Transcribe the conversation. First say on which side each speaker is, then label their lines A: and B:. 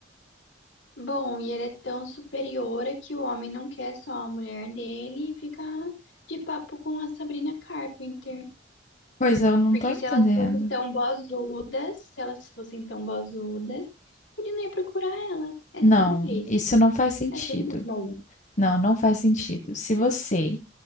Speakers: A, on the left; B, on the left.
A: Bom, e ele é tão superior é que o homem não quer só a mulher dele e fica de papo com a Sabrina Carpenter.
B: Pois é, eu não
A: Porque
B: tô entendendo.
A: se elas fossem tão bozudas, se elas fossem tão bozudas, ele não ia procurar ela. É
B: Não,
A: simples.
B: isso não faz sentido.
A: É simples, não.
B: Não, não faz sentido. Se você